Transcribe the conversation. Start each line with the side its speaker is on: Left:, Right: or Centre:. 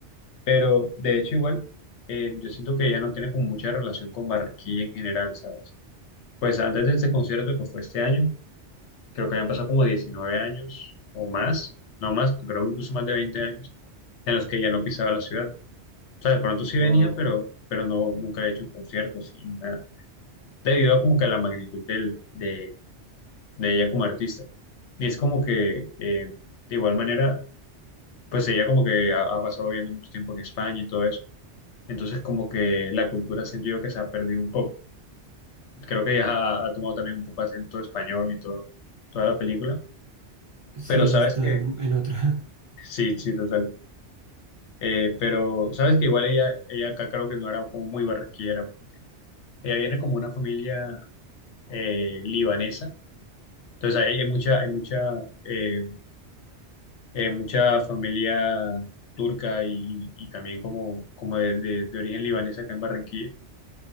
Left: Pero de hecho igual, eh, yo siento que ya no tiene como mucha relación con Barranquilla en general, ¿sabes? Pues antes de este concierto que fue este año, creo que habían pasado como 19 años o más, no más, creo incluso más de 20 años, en los que ya no pisaba la ciudad. O sea, de pronto sí venía,
Right: Wow.
Left: pero, pero no, nunca he hecho un concierto así, nada. Debido a como que a la magnitud del, de, de ella como artista. Y es como que, eh, de igual manera, pues ella como que ha, ha pasado viviendo mucho tiempo en España y todo eso. Entonces, como que la cultura siento yo que se ha perdido un poco. Creo que ya ha ha tomado también un poco acento español y todo, toda la película.
Right: Sí,
Left: Pero
Right: ella
Left: sabes
Right: está
Left: que,
Right: en otra.
Left: sí, sí, total. Eh, pero sabes que igual ella, ella acá creo que no era como muy barranquillera, porque ella viene como una familia eh, libanesa. Entonces, ahí hay mucha, hay mucha, eh, eh, mucha familia turca y, y- y también como, como de, de- de origen libanés acá en Barranquilla.